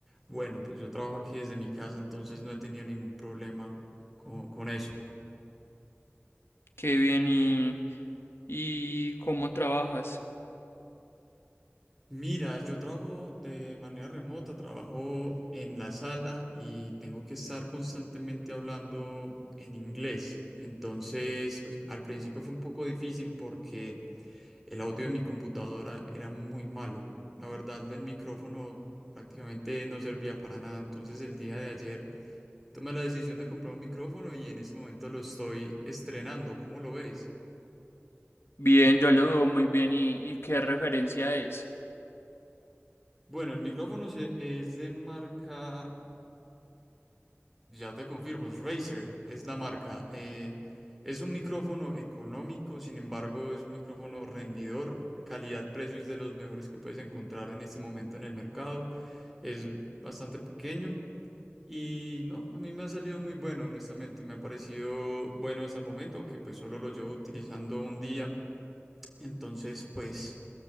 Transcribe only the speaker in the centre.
bueno, pues yo trabajo aquí desde mi casa, entonces no he tenido ningún problema con, con eso.
Mira, yo trabajo de manera remota, trabajo en la sala y tengo que estar constantemente hablando en inglés. Entonces, pues al principio fue un poco difícil porque El audio en mi computadora era muy malo. La verdad, el micrófono prácticamente no servía para nada. Entonces, el día de ayer tomé la decisión de comprar un micrófono y en ese momento lo estoy estrenando. ¿Cómo lo ves?
Bueno, el micrófono se- es de marca, ya te confirmo, es Razer, es la marca. Eh, es un micrófono económico, sin embargo, es un micrófono rendidor. Calidad-precios de los mejores que puedes encontrar en este momento en el mercado. Es bastante pequeño. Y no, a mí me ha salido muy bueno, honestamente. Me ha parecido bueno hasta el momento, aunque pues solo lo llevo utilizando un día. Entonces, pues